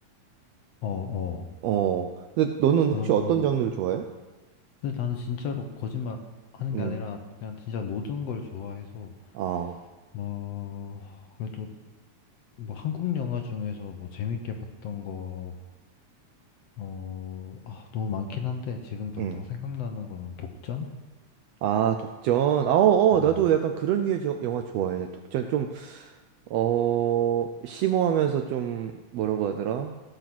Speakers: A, on the left; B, on the right.
A: 어, 어.
B: 어 근데 너는
A: 그러면,
B: 혹시 어떤 장르를 좋아해?
A: 근데 나는 진짜로 거짓말 하는
B: 음.
A: 게 아니라, 그냥 진짜 모든 걸 좋아해서,
B: 아.
A: 뭐, 그래도 뭐 한국 영화 중에서 뭐 재밌게 봤던 거, 어, 아, 너무 많긴 한데 지금 당장
B: 음.
A: 생각나는 거는 독전?
B: 아, 독전. 아, 어,
A: 어,
B: 어, 나도 약간 그런 류의 저- 영화 좋아해. 독전 좀, 어, 심오하면서 좀, 뭐라고 하더라?